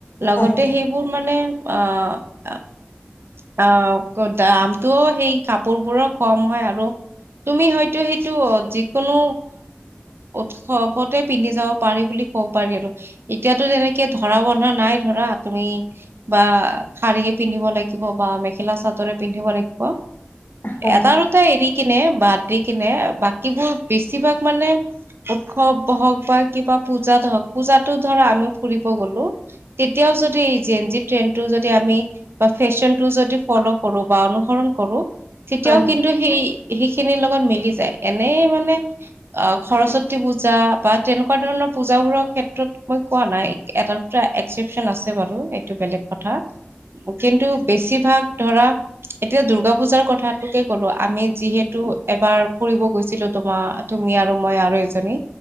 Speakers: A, on the right; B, on the left.
A: লগতে
B: হয়,
A: সেইবোৰ মানে আ, আ আ, দামটোও সেই কাপোৰবোৰৰ কম হয়। আৰু তুমি হয়তো সেইটো যিকোনো উৎসৱতে পিন্ধি যাব পাৰি বুলি ক'ব পাৰি। আৰু এতিয়াতো তেনেকে ধৰা-বন্ধা নাই। ধৰা, তুমি বা শাৰীয়ে পিন্ধিব লাগি পিন্ধিব বা মেখেলা-চাদৰে পিন্ধিব লাগিব
B: হয়,
A: এটা-দুটা এৰি কিনে, বাদ দি কিনে বাকীবোৰ বেছিভাগ মানে উৎসৱ হওক বা কিবা পূজাত হওক। পূজাতো ধৰা আমি ফুৰিব গ'লো, তেতিয়াও যদি যেঞ্জি ট্ৰেণ্ডটো যদি আমি ফেশ্বনটো যদি ফ'ল' কৰোঁ বা অনুসৰণ কৰোঁ তেতিয়াও
B: হয়,
A: কিন্তু সেই সেইখিনিৰ লগত মিলি যায়। এনেই মানে, আ, সৰস্বতী পূজা বা তেনেকুৱা ধৰণৰ পূজাবোৰৰ ক্ষেত্ৰত মই কোৱা নাই। এটা-দুটা এক্সেপচন আছে বাৰু, এইটো বেলেগ কথা কিন্তু বেছিভাগ ধৰা এতিয়া দুৰ্গা পূজাৰ কথাটোকে ক'লো আমি, যিহেতু তো এবাৰ ফুৰিব গৈছিলোঁ, তোমাৰ, তুমি আৰু মই আৰু এজনী